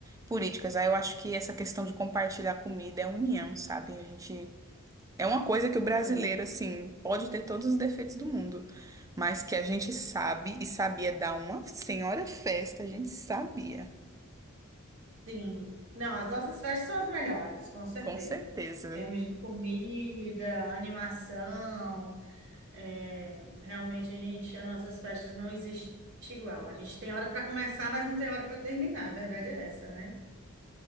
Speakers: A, on the right; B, on the right.
A: políticas. Aí eu acho que essa questão de compartilhar comida é união, sabe? A gente É uma coisa que o brasileiro,
B: né?
A: assim, pode ter todos os defeitos do mundo, mas que a gente sabe e sabia dar uma senhora festa, a gente sabia,
B: Sim. Não, as nossas festas são as melhores, com certeza.
A: com certeza.
B: Em termos de comida, animação, É, realmente a gente, as nossas festas não existem igual. A gente tem hora para começar, mas não tem hora para terminar. A verdade é essa, né?